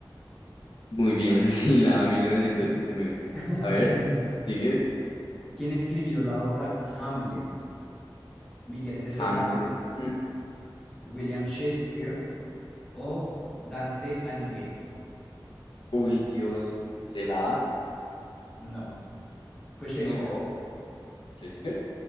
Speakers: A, on the left (about 80°); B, in the centre.
A: Muy bien, <laughs> sí, la A, mil
B: Ujú.
A: novecientos ochenta y nueve.
B: <laughs>
A: A ver, ¿sigues?
B: ¿Quién escribió la obra Hamlet? ¿Miguel de
A: Hamlet.
B: Cervantes,
A: Mm,
B: William Shakespeare o Dante Alighieri?
A: Uy, Dios, no sé, la A.
B: No, fue Shakespeare.
A: No, Shakespeare.